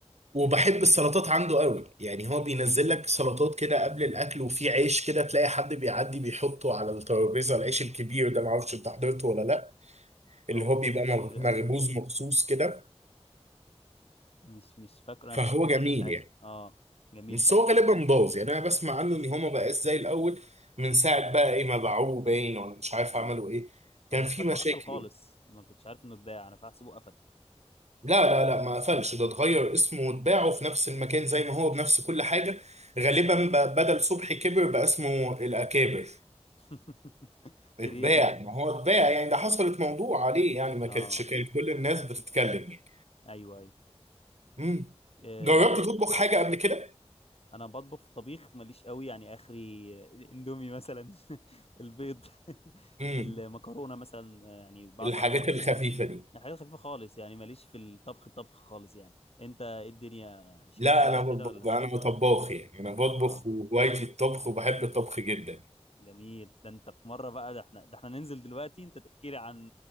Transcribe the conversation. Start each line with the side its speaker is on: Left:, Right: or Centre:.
Right: وبحب السلطات عنده قوي يعني هو بينزل لك سلطات كده قبل الاكل وفي عيش كده تلاقي حد بيعدي بيحطه على الترابيزه العيش الكبير ده معرفش انت حضرته ولا لا اللي
Left: هو ما
Right: هو بيبقى
Left: كانش كبير
Right: مغ-
Left: قوي
Right: مخبوز
Left: باين
Right: مخصوص كده
Left: مش مش فاكره
Right: فهو
Left: انا فاكر كان
Right: جميل
Left: في عيش عادي
Right: يعني
Left: اه جميل
Right: بس
Left: فعلا
Right: هو غالبا باظ يعني انا بسمع عنه ان هو ما بقاش زي الاول من ساعه بقى ايه ما باعوه باين ولا مش عارف
Left: امم
Right: عملوا ايه كان
Left: انا كنت
Right: في
Left: فاكره
Right: مشاكل
Left: قفل خالص
Right: يعني
Left: ما كنتش عارف انه اتباع انا فاحسبه قفل
Right: لا لا لا ما قفلش ده اتغير اسمه واتباعه في نفس المكان زي ما هو بنفس كل حاجه غالبا بقى بدل صبحي كبر بقى اسمه الاكابر
Left: <laughs>
Right: اتباع
Left: كرييتيف
Right: ما هو اتباع يعني ده حصلت موضوع عليه يعني ما
Left: اه
Right: كانتش كانت كل الناس بتتكلم يعني
Left: ايوه ايوه
Right: امم
Left: آه،
Right: جربت تطبخ حاجة قبل كده؟
Left: انا بطبخ في الطبيخ ماليش قوي يعني اخري الاندومي مثلا <laughs> البيض <laughs>
Right: امم
Left: المكرونه مثلا يعني بعرف
Right: الحاجات
Left: اعملها بس
Right: الخفيفة
Left: يعني
Right: دي
Left: يعني حاجات خفيفه خالص يعني ماليش في الطبخ الطبخ خالص يعني انت ايه الدنيا شيف
Right: لا
Left: بقى
Right: انا
Left: وكده
Right: بطبخ
Left: ولا
Right: انا طباخ يعني انا
Left: اه
Right: بطبخ وهوايتي الطبخ وبحب الطبخ جدا
Left: جميل ده انت في مره بقى ده احنا ده احنا ننزل دلوقتي انت تحكي لي عن